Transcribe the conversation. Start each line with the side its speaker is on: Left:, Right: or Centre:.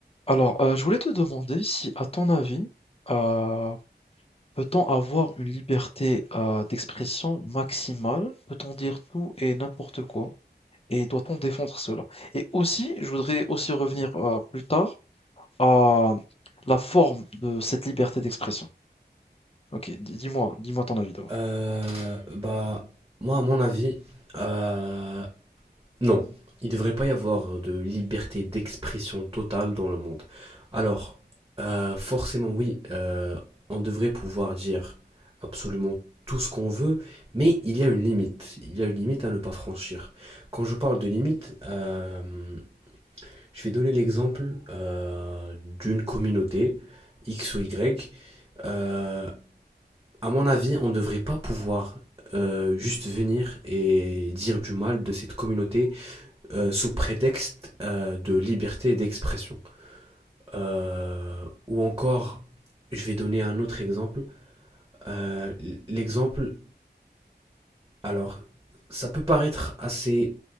Left: Alors, euh, je voulais te demander si, à ton avis, euh, peut-on avoir une liberté euh, d'expression maximale? Peut-on dire tout et n'importe quoi? Et doit-on défendre cela? Et aussi, je voudrais aussi revenir euh, plus tard à la forme de cette liberté d'expression. Ok, di- dis-moi, dis-moi ton avis d'abord.
Right: Euh, bah, moi, à mon avis, euh, non. Il ne devrait pas y avoir de liberté d'expression totale dans le monde. Alors, euh, forcément, oui, euh, on devrait pouvoir dire absolument tout ce qu'on veut, mais il y a une limite. Il y a une limite à ne pas franchir. Quand je parle de limite, euh, je vais donner l'exemple euh, d'une communauté, X ou Y. Euh, à mon avis, on ne devrait pas pouvoir euh, juste venir et dire du mal de cette communauté euh, sous prétexte euh, de liberté d'expression. Euh, ou encore, je vais donner un autre exemple. Euh, L'exemple, alors, ça peut paraître assez